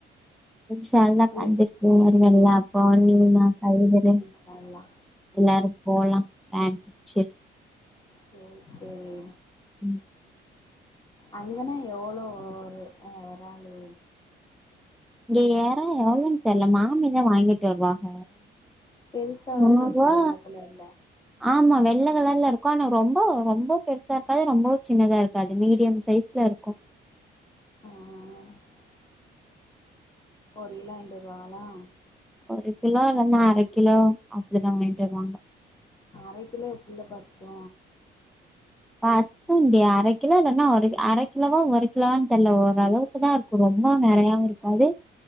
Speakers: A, in the centre; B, on the left.
A: இன்ஷா அல்லா
B: லீவ்
A: சந்திப்போ <unintelligible> அப்ப நீங்க <unintelligible>
B: இன்ஷா அல்லா
A: எல்லாரு போலா வேன் புடிச்சு
B: சேரி சேரி
A: ம்
B: அங்கன்னா எவ்ளோ ஒரு அ இராலு
A: இங்க எறா எவ்ளோன் தெர்ல மாமி தா வாங்கிட்டு வருவாங்க
B: பெருசாதான
A: முன்னூறுவா
B: இருக்கு வெள்ள கலர்ல
A: ஆமா வெள்ள கலர்ல இருக்கு ஆனா ரொம்ப ரொம்ப பெருசா இருக்காது ரொம்பவூ சின்னதா இருக் காது மீடியம் சைஸ்ல இருக்கு
B: அ அ அ ஒரு கிலோ வாங்கிட்டு வருவாகளா
A: ஒரு கிலோ இல்லன்னா அர கிலோ அப்படிதா வாங்கிட்டு வருவாங்க
B: அரக்கிலோ எப்பில்ல பத்து
A: பத்து டி அர கிலோ இல்லனா அர கிலோவா ஒரு கிலோவான் தெர்ல ஓரளவுக்கு தா இருக்கு ரொம்ப நறையாவு இருக்காது